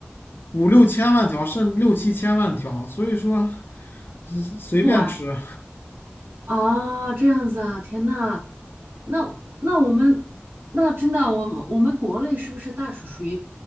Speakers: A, on the left; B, on the right.
A: 五六千万条，甚至六七千万条，所以说随便吃。
B: 不玩，啊，这样子啊，天呐，那那我们那真的，我们我们国内是不是袋鼠属于